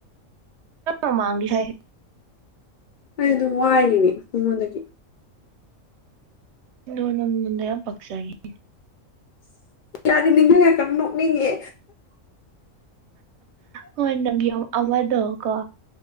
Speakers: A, on the right; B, on the left.
A: ꯑ ꯃꯥꯡ ꯍꯥꯏ
B: ꯑꯩ ꯑꯗꯨꯝ ꯋꯥꯏꯔꯤꯅꯦ ꯑꯩꯉꯣꯟꯗꯒꯤ
A: ꯗꯅꯣ ꯃꯟꯗ ꯌꯥꯝ ꯄꯛꯆꯥꯏꯅꯤ
B: ꯌꯥꯔꯤ ꯅꯤꯡꯊꯉ ꯀ ꯅꯣꯛꯅꯤꯡꯉꯦ
A: ꯍꯣꯏ ꯅꯪꯒꯤ ꯑꯃꯗꯣ ꯀꯣ